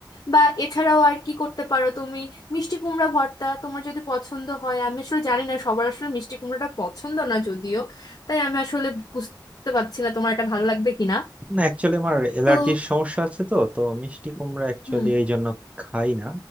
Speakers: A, on the left; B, on the right.
A: বা এছাড়াও আর কি করতে পারো তুমি মিষ্টি কুমড়া ভর্তা তোমার যদি পছন্দ হয় আমি আসলে জানি না সবার আসলে মিষ্টি কুমড়াটা পছন্দ না যদিও তাই আমি আসলে বুঝতে পারছি না তোমার এটা ভালো লাগবে কিনা
B: না অ্যাকচুয়ালি আমার অ্যালার্জির
A: তো
B: সমস্যা আছে তো তো মিষ্টি কুমড়া অ্যাকচুয়ালি
A: হুম
B: এই জন্য খাই না